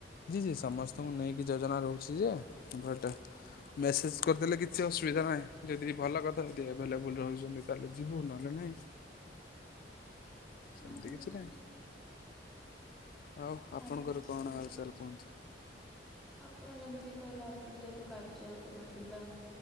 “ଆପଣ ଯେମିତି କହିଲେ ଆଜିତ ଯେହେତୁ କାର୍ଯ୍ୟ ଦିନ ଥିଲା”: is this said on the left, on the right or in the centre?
Centre